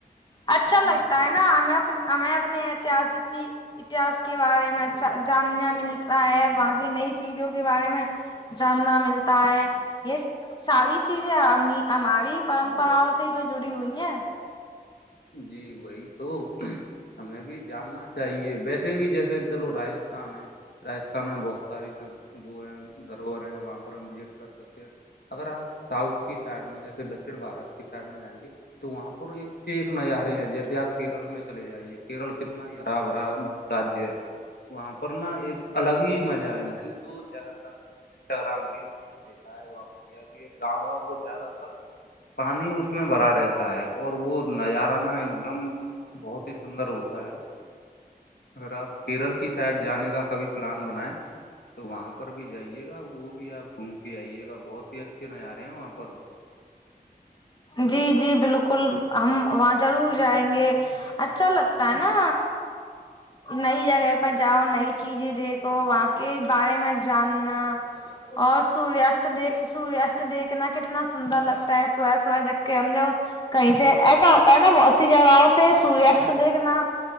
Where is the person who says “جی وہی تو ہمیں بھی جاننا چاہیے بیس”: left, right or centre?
Left